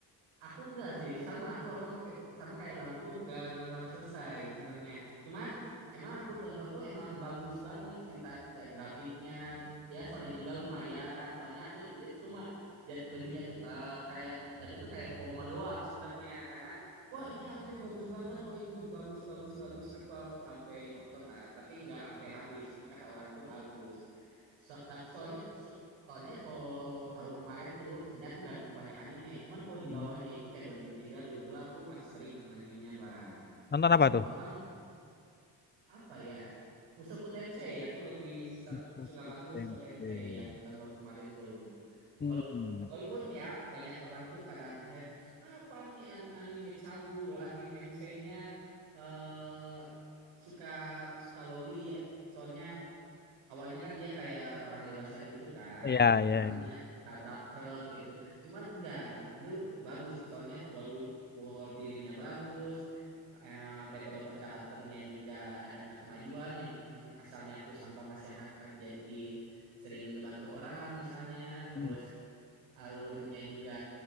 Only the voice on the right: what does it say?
Aku enggak sih, sama aku abang kayak sama kayak bangku tuh enggak enggak sampai selesai sebenarnya. Cuman emang aku nonton tuh emang bagus banget cerita da- grafiknya, ya storynya juga lumayan. Soalnya aku ngikutin cuma jat, lebihnya tuh eh, kayak jatuhnya tuh kayak FOMO doang sebenarnya karena wah ini anime bagus banget, wah anime bagus bagus bagus. Aku sampai nonton lah, tapi enggak sampai habis. Soalnya kata orang tuh bagus. So, tapi soalnya Soalnya kalau tahun kemarin tuh, sebenarnya aku nggak nonton banyak anime. Cuman kalau di
bawahnya itu kayak 2003, 2002, aku masih sering nonton animenya, Bang.
Nah,
kalau
abang, apa ya? Mushoku Tensei, aku lebih ser-
suka banget Mushoku
Tensei yang tahun-tahun kemarin tuh.
Walau- walaupun ya banyak orang tuh kadang nge apa nih ani- anime cabul, anime MC-nya eh suka suka loli, apa- soalnya awalnya kan dia kayak orang dewasa gitu kan,
cuman dia ketabrak truk gitu. Cuman enggak, itu bagus soalnya wall bu- wall buildingnya bagus, eh, development karakternya juga ada kemajuan yang asalnya tuh sampah masyarakat jadi sering ngebantu orang misalnya, terus
alurnya juga